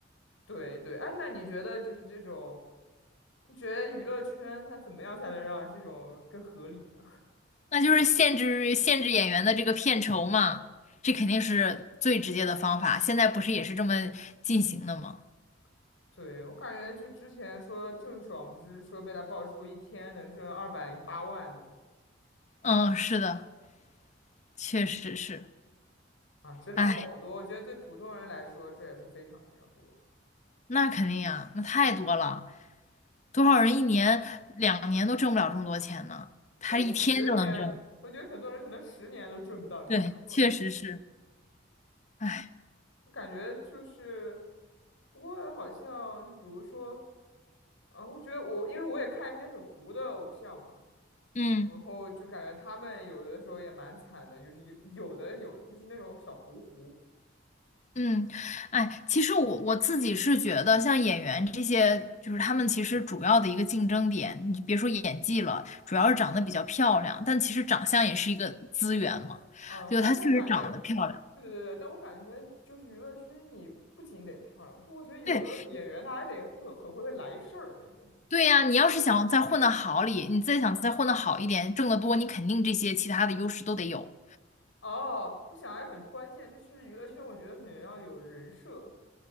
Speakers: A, on the left (about 80°); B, on the left (about 40°).
A: 对对，哎，那你觉得就是这种，你觉得娱乐圈它怎么样才能让这种更合理呢？
B: 那就是限制限制演员的这个片酬嘛，这肯定是最直接的方法。现在不是也是这么进行的吗？
A: <laughs> 对，我感觉就之前说郑爽不是说被他爆出一天能挣二百零八万的吗？
B: 嗯，是的，确实是。
A: 啊，真的好多，
B: 哎，
A: 我觉得对普通人来说这也是非常非常多。
B: 那肯定呀，那太多了，多少人一年两年都挣不了这么多钱呢？他一天就能挣，
A: 因为十年，我觉得很多人可能十年都赚不到这么多，
B: 对，确实是。哎，
A: <laughs> 感觉就是，不过好像就比如说，啊，我觉得我因为我也看一些很糊的偶像嘛，
B: 嗯。
A: 然后就感觉他们有的时候也蛮惨的，就是有有的有就是那种小糊糊，
B: 嗯，哎，其实我我自己是觉得，像演员这些，就是他们其实主要的一个竞争点，你别说演技了，主要是长得比较漂亮，但其实长相也是一个资源嘛，
A: 啊，
B: 就她确实长得漂亮。
A: 但是给我感觉，对对对，但我感觉就是娱乐圈你不仅得漂亮，就我觉得有的演员他还得会很会来事儿那种。
B: 对对呀，你要是想再混得好里，你再想再混得好一点，挣得多，你肯定这些其他的优势都得有。
A: 哦，我想还有很关键，就是娱乐圈，我觉得很要有人设，